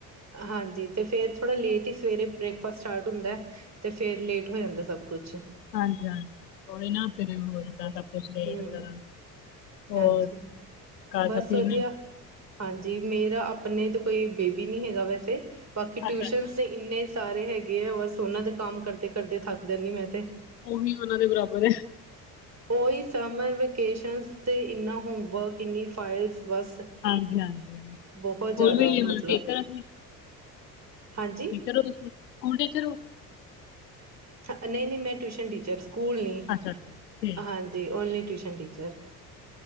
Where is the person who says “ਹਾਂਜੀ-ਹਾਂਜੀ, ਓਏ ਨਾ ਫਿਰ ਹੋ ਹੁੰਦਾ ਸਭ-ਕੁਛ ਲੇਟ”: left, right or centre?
Left